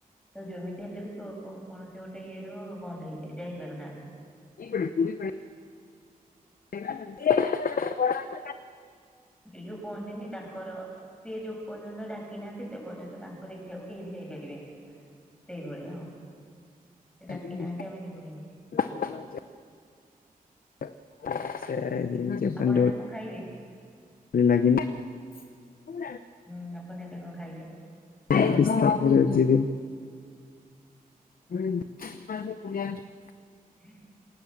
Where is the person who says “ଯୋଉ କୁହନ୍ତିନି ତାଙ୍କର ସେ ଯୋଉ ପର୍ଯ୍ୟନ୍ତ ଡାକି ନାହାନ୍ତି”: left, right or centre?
Centre